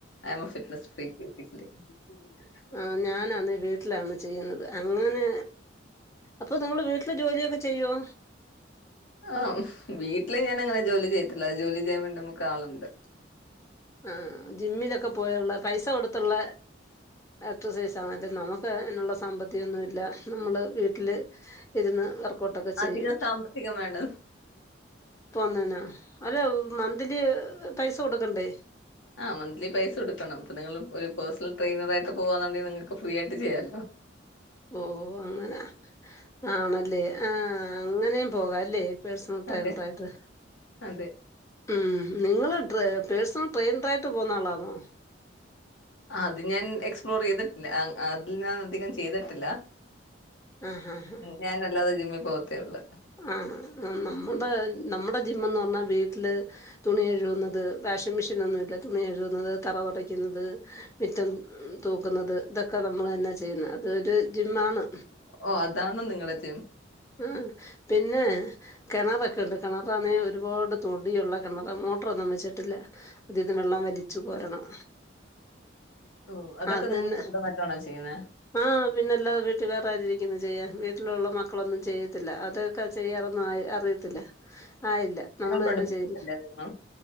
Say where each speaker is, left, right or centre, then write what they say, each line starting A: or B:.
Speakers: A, on the left; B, on the left.
A: ഐം ഫറ്റ്നസ് ഫ്രീ <inaudible>
B: ആഹ് ഞാനെന്ന വെ വീട്ടിലാണ് ചെയ്യുന്നത് അങ്ങനെ അപ്പൊ നിങ്ങൾ വീട്ടില് ജോലിയൊക്കെ ചെയ്യോ?
A: ആഹ് വീട്ടില് ഞാൻ അങ്ങനെ ജോലി ചെയ്തിട്ടില്ല അത് ജോലി ചെയ്യാൻ വേണ്ടി നമുക്ക് ആളുണ്ട്
B: ആഹ് ജിമ്മിലൊക്കെ പോയുള്ള പൈസ കൊടുത്തുള്ള എക്സസൈസ് ആണെ നമുക്ക് എന്നുള്ള സാമ്പത്തികൊന്നുല്ല നമ്മള് വീട്ടില് ഇരുന്ന് വർക്കൗട്ടൊക്കെ ചെയ്യും
A: അധികം സാമ്പത്തികം വേണ്ട
B: പോന്ന്ണൊ അല്ല മന്ത്ലി പൈസ കൊടുക്കണ്ടേ
A: ആഹ് മന്ത്ലി പൈസടുക്കണം ഇപ്പ നിങ്ങൾ ഒരു പേഴ്സണൽ ട്രെയിനറയിട്ട് പോവാന്നുണ്ടങ്കിൽ നിങ്ങൾക്ക് ഫ്രീ ആയി ചെയ്യല്ലോ
B: ഓഹ് അങ്ങനെ ആണല്ലേ ആഹ് അങ്ങനെയും പോകല്ലേ പേഴ്സണൽ ട്രൈനെർ
A: അതെ
B: ആയിട്ട്
A: അതെ
B: ഉം നിങ്ങള് ഡ്രെ പേഴ്സണൽ ട്രെയിനർ ആയിട്ട് പോകന്ന ആളാണോ
A: ആഹ് അത് ഞാൻ എക്സ്പ്ലോർ ചെയ്തിട്ടില്ല അതിൽ ഞാൻ അധികം ചെയ്തിട്ടില്ല
B: ആഹ് ആഹ്
A: ഞാാനല്ലാതെ ജിമ്മിൽ പോവത്തേ ഒള്ളു
B: ആഹ് ആഹ് നമ്മുടെ നമ്മടെ ജിമ്മന്ന് പറഞ്ഞാ വീട്ടില് തുണി കഴുകുന്നത് വാഷിംഗ് മെഷീനൊന്നുല്ല തുണി കഴുകുന്നത് തറ തൊടയ്ക്കുന്നത് മിറ്റം തൂക്കുന്നത് ഇതൊക്കെ നമ്മൾ തന്നെ ചെയ്യുന്നത് അത് ഒരു ജിം ആണ്
A: ഓഹ് അതാണ് നിങ്ങള് ജിം
B: ഉം പിന്നെ കെണറൊക്കെ ഉണ്ട് കെണറാണെ ഒരുപാട് തൊടിയുള്ള കെണറാ മോട്ടറൊന്നും വെച്ചിട്ടില്ല അതീന്ന് വെള്ളം വലിച്ചു കോരണം
A: ഓഹ് അതൊക്കെ
B: അത്
A: നിങ്ങൾ
B: തന്നെ
A: സ്വന്തമായിട്ടാണോ ചെയ്യുന്നത്
B: ആഹ് പിന്നെല്ലാ വീട്ടിൽ വേറെ ആാര ഇരിക്കുന്നു ചെയ്യാൻ വീട്ടിലുള്ള മ മക്കളൊന്നും ചെയ്യത്തില്ല അതൊക്കെ ചെയ്യാറൊന്നും ആയി അറിയത്തില്ല ആയില്ല
A: നിങ്ങൾ
B: നമ്മളെന്നെ
A: പഠിപ്പിച്ചിട്ടല്ലേ
B: ചെയ്യുന്നു
A: അതൊന്നും?